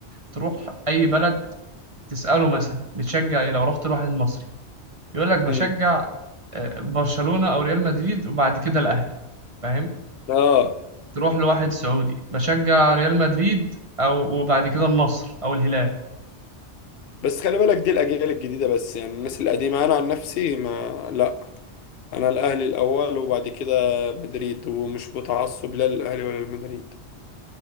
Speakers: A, on the right; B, on the left.
A: تروح اي بلد تساله مثلا بتشجع ايه لو رحت لواحد مصري يقول لك بشجع
B: امم
A: آه، برشلونه او ريال مدريد وبعد كده الاهلي فاهم
B: اه
A: تروح لواحد سعودي بشجع ريال مدريد او وبعد كده النصر او الهلال
B: بس خلي بالك دي الاجيال الجديده بس يعني الناس القديمه انا عن نفسي ما لا انا الاهلي الاول وبعد كده مدريد ومش متعصب لا للاهلي ولا لمدريد